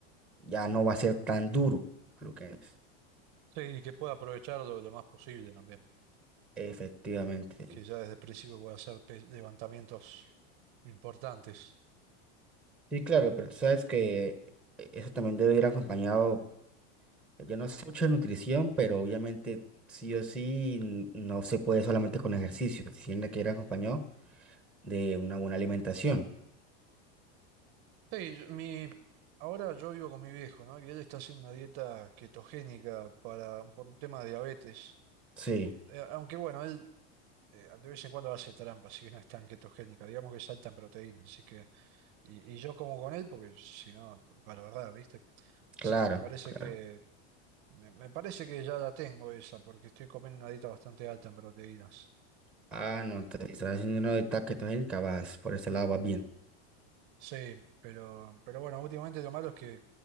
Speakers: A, in the centre; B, on the right.
A: ya no va a ser tan duro a lo que es.
B: Sí, y que pueda aprovechar lo, lo más posible también,
A: Efectivamente.
B: que
A: Sí,
B: ya desde el principio pueda hacer pe- levantamientos importantes.
A: Sí, claro, pero tú sabes que eh, eso también debe ir acompañado, yo no sé mucho de nutrición, pero obviamente sí o sí n- no se puede solamente con ejercicio, si tiene que ir acompañado de una buena alimentación.
B: Sí, yo- mi, ahora yo vivo con mi viejo, ¿no? Y él está haciendo una dieta ketogénica para, por un tema de diabetes.
A: Sí,
B: Eh, aunque bueno, él eh, de vez en cuando hace trampa, así que no es tan ketogénica, digamos que saltan proteínas, así que, y, y yo como con él, porque si no, para verdad, ¿viste?
A: claro,
B: Así que me parece
A: claro.
B: que, me, me parece que ya la tengo esa, porque estoy comiendo una dieta bastante alta en proteínas.
A: Ah, no, te estás haciendo una dieta que vas por ese lado vas bien.
B: Sí, pero, pero bueno, últimamente lo malo es que